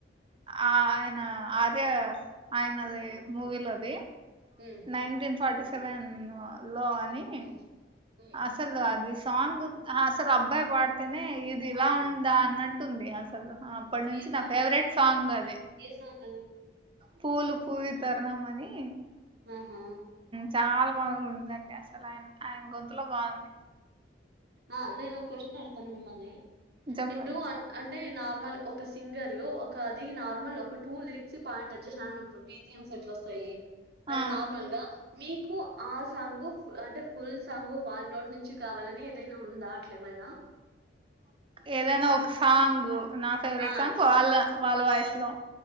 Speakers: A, on the right; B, on the right.
A: ఆ అనా ఆద ఆయన
B: ఉమ్
A: అదే మూవీలో అంది
B: ఉమ్
A: నైన్టీన్ ఫర్టీ సెవెన్ లోని
B: ఉమ్ ఉమ్
A: అసలు అది సాంగ్ అసలు అబ్బాయి పాడితేనే ఇది ఇలా ఉందా అన్నట్టుంది అసలు అప్పటి నుంచి
B: ఏ సాంగ్
A: నా ఫేవరెట్
B: అది
A: సాంగ్ అది
B: ఏ సాంగ్ అది
A: పూలు పూవి తరణ అని
B: ఆహా
A: చాలా బగ్గుండ్ చేసి ఆయన గొంతు లో బాగుంది
B: ఆ నేను క్వశ్చన్ అడుగుతా మిమ్మలి
A: చెప్పండి
B: ఇప్పుడు అ అంటే నార్మల్ ఒక సింగరు ఒక అది నార్మల్ ఒక టూ లిరిక్స్ పాట్ అ చే నార్మల్ బిజియామ్స్ వస్తాయి అళ్
A: ఆ
B: నార్మల్గా మీకు ఆ సాంగ్ అంటే ఫుల్ సాంగ్ వాళ్ళ నోటి నుంచి కావాలని ఏదైనా ఉందా అట్లే ఏమైనా
A: ఏదైనా ఒక సాంగ్ నా ఫేవరెట్
B: ఆ
A: సాంగ్ వాళ్ల్ వాళ్ళు వాయిస్ లో